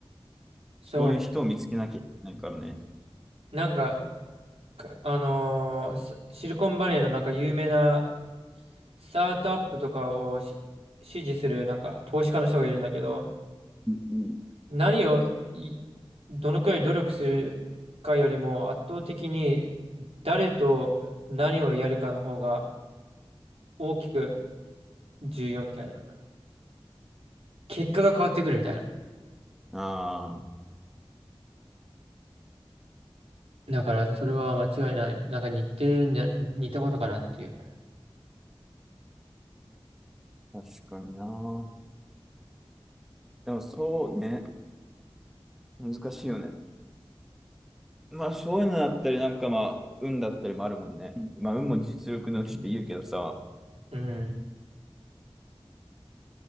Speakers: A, on the right; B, in the centre.
A: そうね。
B: そういう人を見つけなきゃいけないからね。
A: なんか、かあのースシリコンバレーのなんか有名なスタートアップとかをし支持するなんか投資家の人がいるんだけど、
B: うん。
A: 何をいどのくらい努力するかよりも圧倒的に誰と何をやるかの方が大きく重要みたいな。結果が変わってくるみたいな。
B: あ
A: だからそれは間違いない。なんか似てるんじゃ、似たことかなっていう。
B: あ、確かにな。でもそうね、難しいよね。まあそういうのだったり、なんかまあ、運だったりもあるもんね。まあ運も実力のうちって言うけどさ、
A: うん。